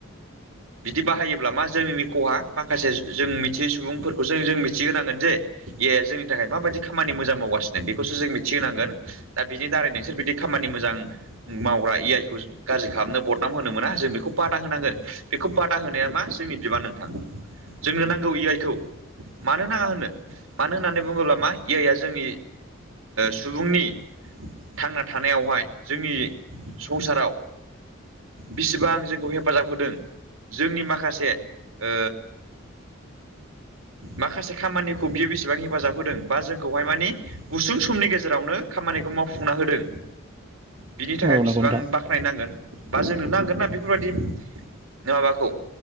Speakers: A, on the right; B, on the right.
A: बिदि बाहायोब्ला मा जोंनिनो खहा माखासे जों मिथियै सुबुंफोरखौसो जों मिथिहोनांगोन जे ए आइ जोंनि थाखाय माबायदि खामानि मोजां मावगासिनो बेखौसो जों मिथिहोनांगोन दा बिनि दारै नोंसोर बिदि खामानि मोजां मावग्रा ए आइ खौ गाज्रि खालामनो बदनाम होनो मोना जों बेखौ बादा होनांगोन बेखौ बादा होनाया मा जोंनि बिबान नोंथां जोंनो नांगौ ए आइ खौ मानो नाङा होननो मानो होननानै बुङोब्ला मा ए आइ आ जोंनि सुबुंनि थांना थानायावहाय जोंनि संसाराव बिसिबां जोंखौ हेफाजाब होदों जोंनि माखासे ओ माखासे खामानिखौ बियो बेसेबां हेफाजाब होदों बा जोंखौहाय मानि गुसुं समनि गेजेरावनो खामानिखौ मावफुंना होदों बिनि थाखाय
B: औ
A: बेसेबां
B: नंगौ नोंथां
A: बाख खानायनांगोन बा जोंनो नांगोन ना बेफोरबायदि माबाखौ